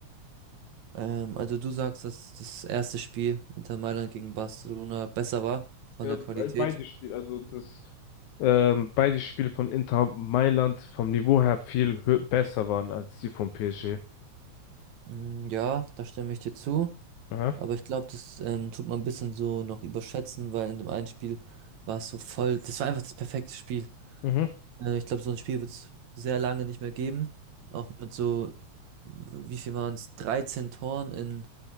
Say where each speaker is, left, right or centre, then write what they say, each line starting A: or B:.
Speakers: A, on the right; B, on the left.
A: Ähm, also du sagst, dass das erste Spiel Inter Mailand gegen Barcelona besser war von
B: Ja,
A: der
B: be-
A: Qualität.
B: beide Spiele, also das, ähm, beide Spiele von Inter Mailand vom Niveau her viel hö- besser waren als die von PSG.
A: Mm, Ja, da stimme ich dir zu.
B: Aha.
A: Aber ich glaube, das ähm, tut man ein bisschen so noch überschätzen, weil in dem einen Spiel war es so voll, das war einfach das perfekte Spiel.
B: Mhm.
A: Äh, ich glaube, so ein Spiel wird es sehr lange nicht mehr geben. Auch mit so, wie viel waren es? dreizehn Toren in